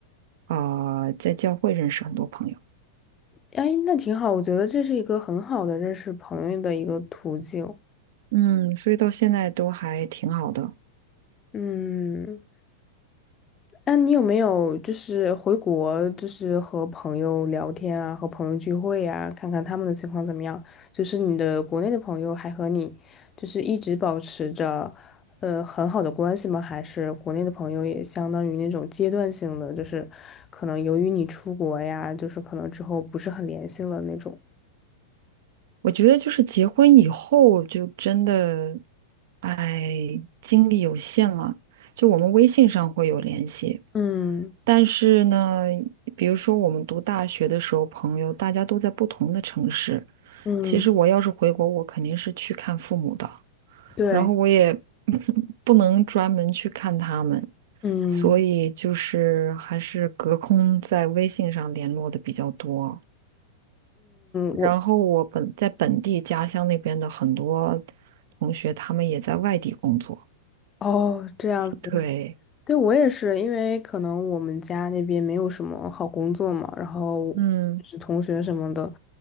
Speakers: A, on the right (about 60°); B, on the left (about 20°).
A: 啊、呃在教会认识很多朋友。
B: 哎，那挺好，我觉得这是一个很好的认识朋友的一个途径。
A: 嗯，所以到现在都还挺好的。
B: 嗯。那你有没有就是回国，就是和朋友聊天啊，和朋友聚会呀，看看他们的情况怎么样？就是你的国内的朋友还和你就是一直保持着呃很好的关系吗？还是国内的朋友也相当于那种阶段性的，就是可能由于你出国呀，就是可能之后不是很联系了那种。
A: 我觉得就是结婚以后就真的，哎，精力有限了。就我们微信上会有联系，
B: 嗯
A: 但是呢，比如说我们读大学的时候，朋友大家都在不同的城市。
B: 嗯，
A: 其实我要是回国，我肯定是去看父母的，
B: 对，
A: 然后我也 <laughs> 不能专门去看他们，
B: 嗯
A: 所以就是还是隔空在微信上联络的比较多。然后我本在本地家乡那边的很多
B: 嗯，我
A: 同学，他们也在外地工作。
B: 哦这样。
A: 对，
B: 对，我也是，因为可能我们家那边没有什么好工作嘛，然后是同学什么的，
A: 嗯